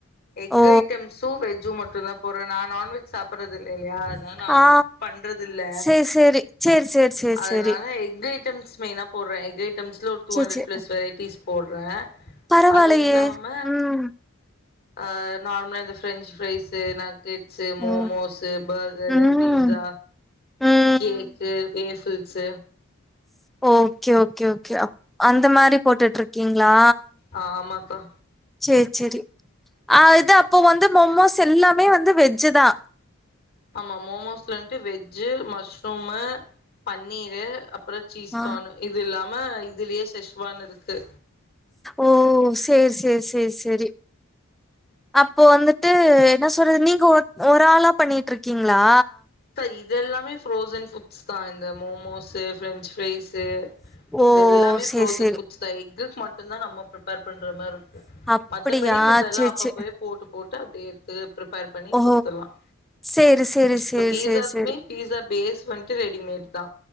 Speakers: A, on the left; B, in the centre.
A: எக்
B: ஓ
A: ஐட்டம்ஸு வெஜ்ஜு மட்டுதா போறேன் நா நான்வெஜ் சாப்பற்றது இல் ல இல்லயா அதுனால நா அது
B: ஆ
A: குக் பண்றது இல்ல
B: சேர் சேரி சேர் சேர் சேர்
A: அதுனால
B: சேரி
A: எக் ஐட்டம் ஸ் மெயினா போட்றே எக் ஐட்டம்ஸ்ல ஒரு டூ
B: சேர்
A: ஹண்ட்ரட்
B: சேர்
A: ப்ளஸ் வெரைட்டிஸ் போட்றே
B: பரவால்லயே
A: அது இல்லாம
B: ம்
A: அ நார்மலா இந்த ஃப்ரெஞ்சு ஃப்ரைஸு நக்கட் ச மோமோஸ்
B: ஓ
A: பர்கர்
B: ம்
A: பீட்சா
B: ம்
A: cake waffles
B: okay okay okay அந்த மாரி போட்டுட்டுருக் கிங்களா
A: ஆ ஆமாக்கா
B: செரி செரி ஆ இது அப்போ வந்து மொமோஸ் எல்லாமே வந்து வெஜ்ஜு தா
A: ஆமா மோமோஸ்ல வந்ட்டு வெஜ்ஜு மஷ்ரூமு பன்னீரு அப்ரோ சீஸ்கானு
B: ஆ
A: இது இல்லாம இதுலயே செஷவான்னு இருக்கு
B: ஓ செர் செர் செர் செரி அப்போ வந்துட்டு என்ன சொல்றது நீங்க ஒ ஒரு ஆளா பண்ணிட்டுருக்கீங்களா
A: க இதெல்லாமே ஃப்ரோசன் ஃபுட்ஸ் தா இந்த மோமோஸ் ஃப்பிரெஞ்ச் ஃரைஸ் து
B: ஓ!
A: தெல்லாமே
B: சேரி,
A: ஃப்ரோசன்
B: சேரி.
A: ஃபுட்ஸ் தா எக்குக்கு மட்டு தா நம்ம பிரிப்பேர் பண்ற மாரி இருக்கு
B: அப்படியா?
A: மத்தபடி மித்த எல்லாம்
B: சேரி,
A: அப்பப்பயே
B: சேரி.
A: போட்டு போட்டு அப்டியே து ப்ரிப்பேர் பண்ணி
B: ஓ!
A: குடுதர்லாம்
B: சேரி, சேரி, சேரி,
A: இப்ப பீஸாக்குமே
B: சேரி, சேரி.
A: பீஸா பேஸ் வந்துட்டு ரெடிமேட் தா